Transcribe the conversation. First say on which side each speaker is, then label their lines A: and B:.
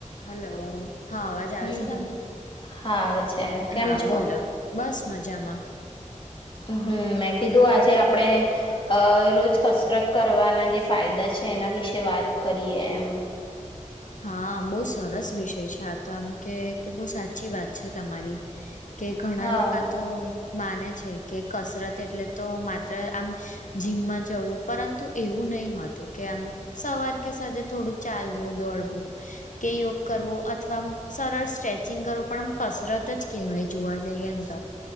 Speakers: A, on the left; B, on the left.
A: Hello હા અવાજ આવે
B: હમ.
A: છે તમને.
B: હા આવે છે કેમ
A: હા
B: છો
A: બોલો બસ મજામાં.
B: હમ મેં કીધું આજે આપડણે અ રોજ કસરત કરવાના જે ફાયદા છે એના વિશે વાત કરીએ એમ.
A: હા બહુ સરસ વિષય છે આ તો આમ કે બહ સાચી વાત છે તમારી. કે ઘણા
B: હા.
A: લોકો તો. માને છે કે કસરત એટલે તો માત્ર આમ જીમમાં જવું પરંતુ એવું નહીં હોતું કે આમ સવાર કે સાજે થોડું ચાલવું દોડુંવું
B: હ <unintelligible>
A: કે યોગ કરવો અથવા આમ સરસ સ્ટ્રેચિંગ કરવું પણ આમ કસરત જ કેહેવાય જોવા જઈએ એને તો.